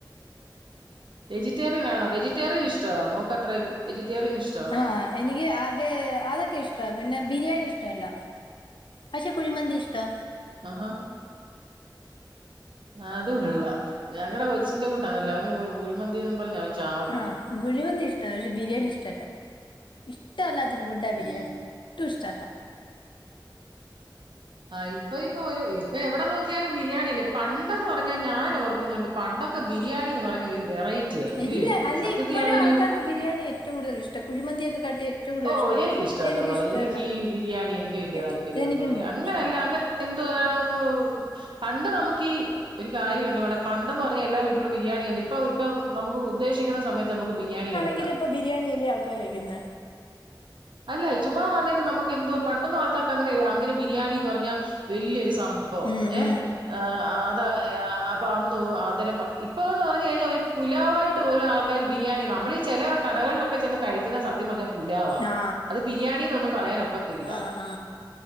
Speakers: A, on the right; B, on the left.
A: വെജിറ്റേറിയനാണോ വെജിറ്റേറിയൻ ഇഷ്ടവാ മോക്കത്ര വെജിറ്റേറിയൻ ഇഷ്ടവാണോ
B: ആ എനിക്ക് അത് അതൊക്കെ ഇഷ്ട പിന്നെ ബിരിയാണി ഇഷ്ടല്ല പക്ഷെ കുഴിമന്തി ഇഷ്ടവ
A: ആഹാ <inaudible> അതു കൊള്ള ഞങ്ങടെ കൊച്ചിന്റെ കൂട്ടാണല്ലോ അവന് കുഴിമന്തിന്നും പറഞ്ഞ അവൻ ചാകും
B: ആഹ് കുഴിമന്തി ഇഷ്ട പക്ഷെ ബിരിയാണി ഇഷ്ടല്ല ഇഷ്ടല്ലാത്തൊരു ഫുഡ ബിരിയാണി
A: ഉം
B: ഒട്ടു ഇഷ്ടല്ല
A: ആ ഇപ്പ ഇപ്പൊ ഒരു ഇപ്പ എവടെ നോക്കിയാലും ബിരിയാണിയല്ലെ പണ്ടെന്ന് പറഞ്ഞാ ഞാന് ഓർക്കുന്നുണ്ട് പണ്ടൊക്കെ ബിരിയാണിന്ന് പറഞ്ഞ ഒരു വെറൈറ്റിയാന്ന ഇല്ലിയോ
B: എല്ലാ അല്ലെ
A: സത്യത്തി
B: ഇപ്പോഴും
A: അതൊരു
B: ആൾക്കാർക്ക് ബിരിയാണി ഏറ്റവും കൂടുതൽ ഇഷ്ട കുഴിന്തിയൊക്കെ കാട്ടി ഏറ്റവും കൂടുതൽ
A: ഓഹ്
B: ഇഷ്ടം
A: എനിക്കിഷ്ടവല്ല മോളെ
B: ഇഷ്ടമല്ല
A: എനിക്ക് ബിരിയാണി എനിക്ക് വല്ല്യ
B: എ-
A: താല്പര്യന്നുല്ല
B: എനിക്കും തന്നെ
A: അങ്ങനെ
B: ഇഷ്ടമല്ല
A: അല്ല അങ്ങ എന്ത്‌ <unintelligible> പണ്ട് നമുക്കീ ഒരു കാര്യമുണ്ട് മോളെ പണ്ടെന്ന് പറഞ്ഞാ എല്ലാവീട്ടിലും ബിരിയാണി ഒന്നും ഇപ്പം ഇപ്പം നമുക്ക് ഉദ്ദേിക്കുന്ന സമയത്ത് നമുക്ക് ബിരിയാണി കിട്ടും
B: എങ്കിലും ഇപ്പ ബിരിയാണിയല്ലേ ആൾക്കാര് കഴിക്കുന്നെ
A: അല്ല ചുമ്മാ ആന്നേലും നമുക്ക് എന്തുവ പണ്ടൊന്നും ആൾക്കാർക്ക് അങ്ങനെ അങ്ങനെ ബിരിയാണിന്ന് പറഞ്ഞാ വല്ല്യൊരു സം ഭവം
B: ഉം,
A: ഏഹ്
B: ഉം.
A: ആ ആത അപ്പൊ അന്നു അതരം ഇപ്പന്ന് പറഞ് കഴിഞ്ഞാ ഒരു പുലാവായിട്ട് പോലും ആൾ ക്കാര് ബിരിയാണി നമ്മളീ ചെല കടകൾലോക്ക ചെന്ന് കഴിക്കുന്ന സത്യം പർഞ്ഞ പുലാവാ
B: ആ
A: അത് ബിരിയാണിന്നൊന്നും പറയാനൊക്കത്തില്ല
B: ആ ആ